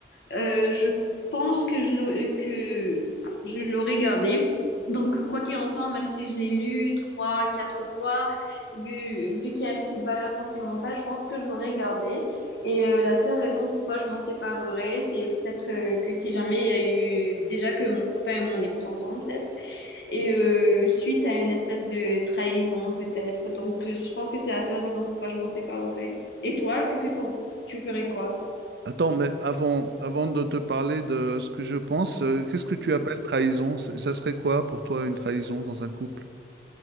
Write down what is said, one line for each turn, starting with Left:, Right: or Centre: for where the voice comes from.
Left: Euh, je pense que je l'aurais que je l'aurais gardé. Donc, quoi qu'il en soit, même si je l'ai lu trois, quatre fois, vu, vu qu'il y a une petite valeur sentimentale, je pense que je l'aurais gardé. Et euh, la seule raison pourquoi je m'en séparerais, c'est peut-être euh, que si jamais il y a eu déjà que mon copain et moi on n'est plus ensemble, peut-être, et euh, suite à une espèce de trahison, peut-être. Donc, euh, je pense que c'est la seule raison pourquoi je m'en séparerais. Et toi, qu'est-ce que t'en- tu ferais quoi?
Right: Attends, mais avant, avant de te parler de ce que je pense, euh, qu'est-ce que tu appelles trahison? C'est- Ça serait quoi pour toi une trahison dans un couple?